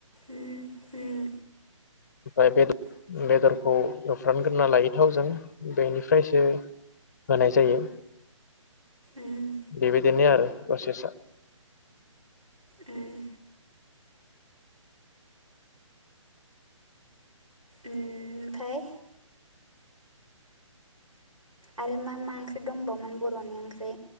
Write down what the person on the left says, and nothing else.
ओमफ्राय बे <unintelligible> र बेदरखौ एवफ्रानग्रोना लाय थावजों बेनिफ्रायसो होनाय जायो।
बेबादिनो आरो। फ्रेसा